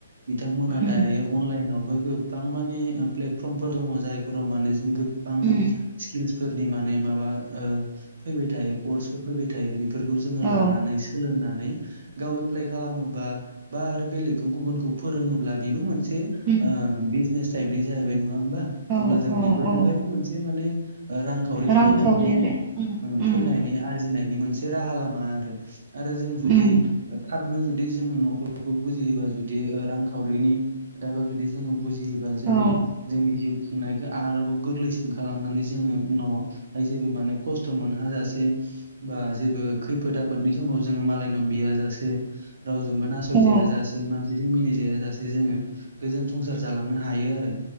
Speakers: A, on the right; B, on the right.
A: बिथांमोना
B: उम
A: दायो अनलाइनावबो गोबां मानि प्लेटफर्मफोर दङ जायफोराव माने गोबबां
B: उम
A: स्किल्स फोरनि माने माबा ओ फैबाय थायो कर्सफोर फैबाय थायो बेफोरखौ जोङो
B: औ
A: लानानै सोलोंनानै गाव एप्लाइ खालामोबा बा आरो बेलेगखौ गुबुनखौ फोरोङोब्ला बेबो मोनसे
B: उम
A: ओ बिजनेस टाइपनि जाहैबाय नङा होमबा
B: औ
A: अब्ला जों
B: औ
A: बिफोरनिफ्रायबो
B: औ
A: मोनसे माने रां खावरि
B: रांखावरि
A: फैनायनि
B: आरो उम उम
A: आरजिनाय नि मोनसे राहा लामा आरो आरो जों जुदि
B: उम
A: थाब नो जुदि जोङो न'खरखौ बुजियोबा जुदि रांखावरिनि खोथाखौ जुदि जोङो बुजि योबा जोङो
B: औ
A: जोंनि जिउ खुंनायखौ आरोबाव गोरलैसिन खालामनानै जोङो उनाव जेबो माने खस्थ' मोनहा जासे बा जेबो खैफोद आफोदनि समाव जोङो मालायनाव बिया जासे रावजोंबो नासयजाया
B: औ
A: जासे मानसि मिनिजायासे जोङो गोजोन संसार जालांनो हायो आरो